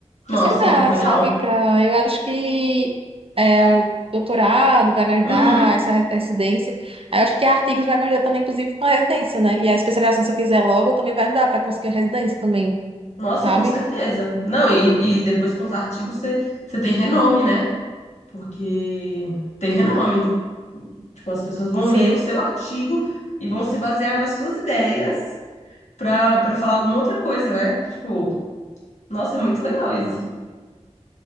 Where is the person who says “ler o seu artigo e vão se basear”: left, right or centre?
Left